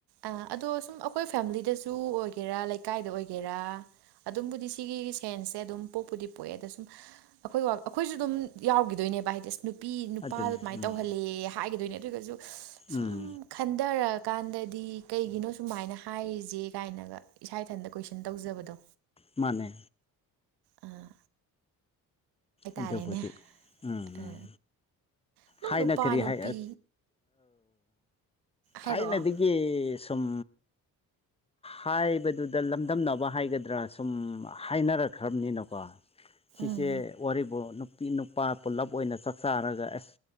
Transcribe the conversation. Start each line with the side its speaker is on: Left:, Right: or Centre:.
Right: ꯑ ꯑꯗꯣ ꯁꯨꯝ ꯑꯈꯣꯏ ꯐꯦꯃꯤꯂꯤꯗꯁꯨ ꯑꯣꯏꯒꯦꯔꯥ ꯂꯩꯀꯥꯏꯗ ꯑꯣꯏꯒꯦꯔꯥ ꯑꯗꯨꯝꯕꯨꯗꯤ ꯁꯤꯒꯤ ꯁꯦꯟꯁꯁꯦ ꯑꯗꯨꯝ ꯄꯣꯛꯄꯨꯗꯤ ꯄꯣꯛꯑꯦ ꯑꯗ ꯁꯨꯝ ꯑꯩꯈꯣꯏꯋꯥ ꯑꯩꯈꯣꯏꯁꯨ ꯑꯗꯨꯝ ꯌꯥꯎꯈꯤꯗꯣꯏꯅꯦꯕ ꯍꯥꯏꯗꯤꯁ ꯅꯨ ꯅꯨꯄꯤ ꯅꯨꯄꯥ
Left: ꯑꯗꯨꯅꯦ
Right: ꯑꯗꯨꯃꯥꯏꯅ
Left: ꯎꯝ
Right: ꯇꯧꯍꯜꯂꯦ ꯍꯥꯏꯒꯗꯣꯏꯅꯦ ꯑꯗꯨꯒꯁꯨ
Left: ꯎꯝ
Right: ꯁꯨꯝ ꯈꯟꯊꯔꯛꯑꯀꯥꯟꯗ ꯗꯤ ꯀꯩꯒꯤꯅꯣ ꯁꯨꯃꯥꯏꯅ ꯍꯥꯏꯔꯤꯁꯦ ꯀꯥꯏꯅꯒ ꯏꯁꯥ ꯏꯊꯟꯇ ꯀꯣꯏꯁꯟ ꯇꯧꯖꯕꯗꯣ
Left: ꯃꯅꯦ꯫
Right: ꯑꯥ ꯍꯥꯏꯇꯥꯔꯦꯅꯦ
Left: ꯑꯗꯨꯕꯨꯗꯤ ꯎꯝ
Right: ꯑꯥ
Left: ꯎꯝ
Right: ꯑꯗꯨꯝ
Left: ꯊꯥꯏꯅ
Right: ꯅꯨꯄꯥ
Left: ꯀꯔꯤ
Right: ꯅꯨꯄꯤ
Left: ꯍꯥꯏ ꯑ
Right: ꯍꯥꯏꯔꯛꯑꯣ
Left: ꯊꯥꯏꯅꯗꯤ ꯒꯤ ꯁꯨꯝ ꯍꯥꯏꯕꯗꯨꯗ ꯂꯝꯗꯝꯅꯕ ꯍꯥꯏꯒꯗ꯭ꯔꯥ ꯁꯨꯝ ꯍꯥꯏꯅꯔꯛꯈ꯭ꯔꯅꯤꯅꯀꯣ ꯁꯤꯁꯦ
Right: ꯎꯝ
Left: ꯋꯥꯔꯤꯕꯨ ꯅꯨꯄꯤ ꯅꯨꯄꯥ ꯄꯨꯜꯂꯞ ꯑꯣꯏꯅ ꯆꯥꯛꯆꯥꯥꯔꯒ ꯑꯦꯁ